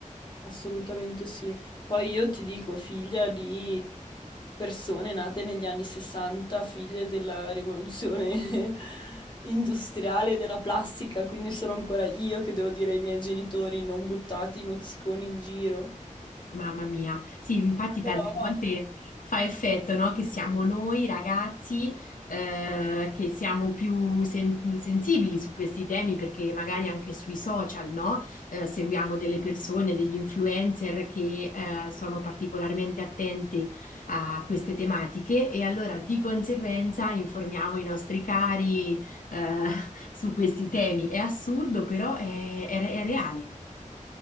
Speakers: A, on the left (about 35°); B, on the left (about 85°).
A: Assolutamente sì. Poi io ti dico, figlia di persone nate negli anni 60, figlie della rivoluzione <laughs> industriale e della plastica, quindi sono ancora io che devo dire ai miei genitori non buttate i mozziconi in giro.
B: Mamma mia, sì, infatti
A: Però
B: tante volte fa effetto, no? Che siamo noi ragazzi eh, che siamo più sen- sensibili su questi temi perché magari anche sui social, no? Eh, seguiamo delle persone, degli influencer che eh, sono particolarmente attenti a queste tematiche e allora di conseguenza informiamo i nostri cari eh, <laughs> su questi temi. È assurdo, però è è re- è reale.